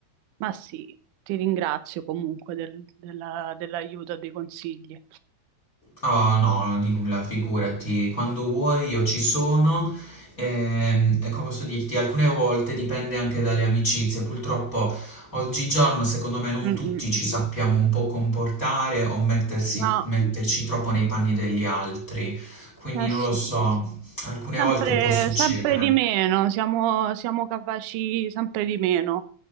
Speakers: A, on the right; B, on the left.
A: Ma sì, ti ringrazio comunque del- della- dell'aiuto e dei consigli.
B: Ah, no, di nulla, figurati. Quando vuoi io ci sono. Ehm, E, come posso dirti, alcune volte dipende anche dalle amicizie. Purtroppo oggigiorno, secondo me, non
A: Mm,
B: tutti
A: mm.
B: ci sappiamo un po' comportare o mettersi-
A: No,
B: metterci troppo nei panni degli altri. Quindi
A: eh
B: non
A: sì.
B: lo so, alcune
A: Sempre,
B: volte può succedere.
A: sempre di meno, siamo, siamo capaci sempre di meno